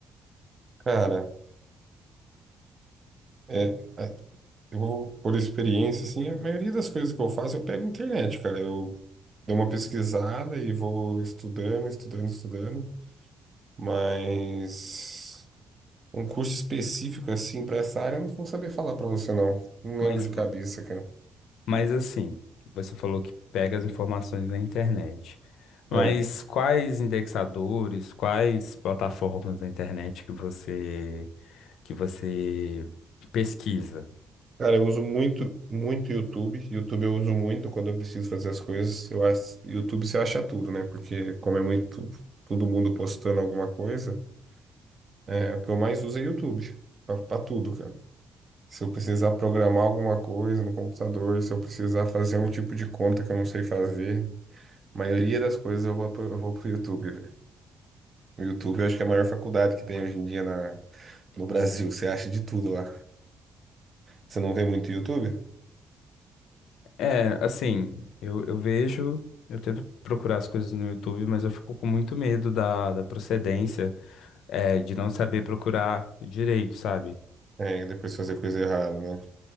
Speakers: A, on the right (about 35°); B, on the left (about 80°).
A: Cara, é, é, eu, por experiência, assim, a maioria das coisas que eu faço eu pego na internet, cara. Eu dou uma pesquisada e vou estudando, estudando, estudando, mas. Um curso específico, assim, para essa área, eu não vou saber falar para você, não. Não lembro
B: Mas,
A: de cabeça, cara.
B: mas assim, você falou que pega as informações na internet. Mas
A: É.
B: quais indexadores, quais plataformas da internet que você que você pesquisa?
A: Cara, eu uso muito, muito YouTube. YouTube eu uso muito quando eu preciso fazer as coisas. Eu acho, YouTube você acha tudo, né? Porque como é muito todo mundo postando alguma coisa, é, o que eu mais uso é YouTube. Para tudo, cara. Se eu precisar programar alguma coisa no computador, se eu precisar fazer um tipo de conta que eu não sei fazer, a maioria das coisas eu vou, pro- eu vou pro YouTube, O YouTube eu acho que é a maior faculdade que tem hoje em dia na, no Brasil. Você acha de tudo lá. Você não vê muito YouTube?
B: É, assim, eu, eu vejo, eu tento procurar as coisas no YouTube, mas eu fico com muito medo da, da procedência, é, de não saber procurar direito, sabe?
A: É, e depois fazer coisa errada, né?